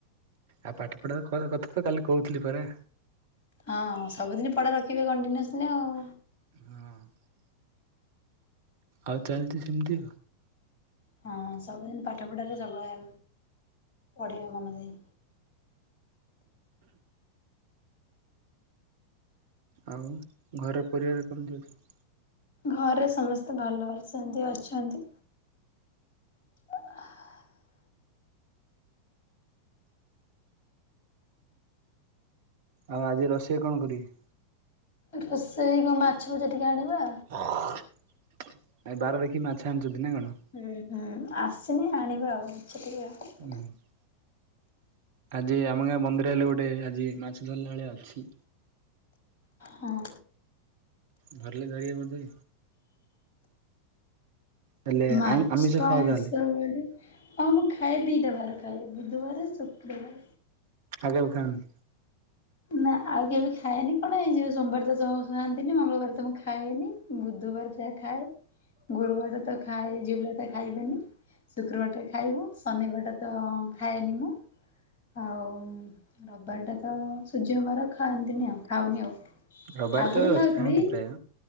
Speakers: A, on the right; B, on the left.
A: ଆଉ ପାଠ ପଢ଼ା <unintelligible> କଥା ତ କାଲି କହୁଥିଲି ପରା।
B: ହଁ ସବୁଦିନ ପଢା ରଖିବେ କଣ୍ଟିନ୍ୟୁଅସଲି ଆଉ।
A: ହୁଁ। ଆଉ ଚାଲିଛି ସେମିତି।
B: ହଁ ସବୁଦିନ ପାଠପଢ଼ାରେ ସବୁବେଳେ ପଢ଼ିବେ ମନ ଦେଇ।
A: ଆଉ ଘରେ ପରିବାର କେମିତି ଅଛ?
B: ଘରେ ସମସ୍ତେ ଭଲ ଅଛନ୍ତି ଅଛନ୍ତି। <inaudible>
A: ଆଉ ଆଜି ରୋଷେଇ କଣ କରିବ?
B: ରୋଷେଇ କଣ ମାଛ ଭଜା ଟିକେ ଆଣିବା
A: <unintelligible> ଆଜି ବାର ଦେଖି ମାଛ ଆଣିଛନ୍ତି ନା କଣ?
B: ହୁଁ ହୁଁ ଆସିନି ଆଣିବା ଆଉ ମାଛ ଟିକେ ଆଉ।
A: <inaudible> ଆଜି ଆମ ଗାଁ ବନ୍ଧରେ ହେଲେ ଗୋଟେ ଆଜି ମାଛ ଧରିଲା ଭଳିଆ ଅଛି।
B: ହଁ।
A: ଧରିଲେ ଧରିବେ ବୋଧେ। ହେଲେ
B: ମାଛ।
A: ଆମିଷ ଖାଅ
B: <unintelligible>
A: ତାହେଲେ
B: ହଁ ମୁଁ ଖାଏ ଦିଇଟା ବାର ଖାଏ ବୁଧବାର, ଶୁକ୍ରବାର।
A: ଆଉ କେବେ ଖାଅନି?
B: ନା ଆଉ କେବେ ଖାଏନି କଣ ଏଇ ଯିବ ସୋମବାର ତ <unintelligible> ମଙ୍ଗଳବାର ତ ମୁଁ ଖାଏନି। ବୁଧବାର ଯାହା ଖାଏ ଗୁରୁବାର ତ ଖାଏ ଝିଆପିଲା ତ ଖାଇବେନି ଶୁକ୍ରବାରଟା ଖାଇବୁ ଶନିବାରଟା ତ ଖାଏନି ମୁଁ ଆଉ ରବିବାରଟା ତ ସୂର୍ଯ୍ୟଙ୍କ ବାର ଖାଆନ୍ତିନି ଆଉ ଖାଉନି ଆଉ
A: ରବିବାର
B: ଆଗରୁୁ
A: ତ
B: ଖାଉଥିଲି।
A: ଖାଆନ୍ତି ପ୍ରାୟ